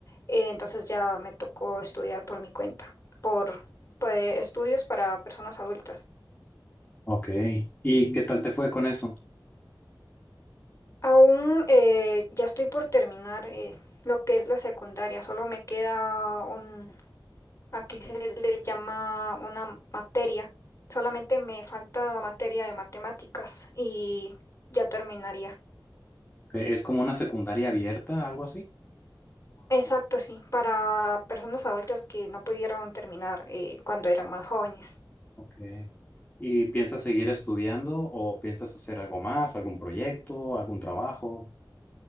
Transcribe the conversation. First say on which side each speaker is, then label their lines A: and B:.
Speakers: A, on the left; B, on the left.
A: Eh, entonces ya me tocó estudiar por mi cuenta, por, por estudios para personas adultas.
B: Ok, ¿y qué tal te fue con eso?
A: Aún eh, ya estoy por terminar eh, lo que es la secundaria, solo me queda un, aquí se le llama una materia, solamente me falta la materia de matemáticas y ya terminaría.
B: ¿E- ¿Es como una secundaria abierta, algo así?
A: Exacto, sí, para personas adultas que no pudieron terminar eh, cuando eran más jóvenes.
B: Ok. ¿Y piensas seguir estudiando o piensas hacer algo más, algún proyecto, algún trabajo?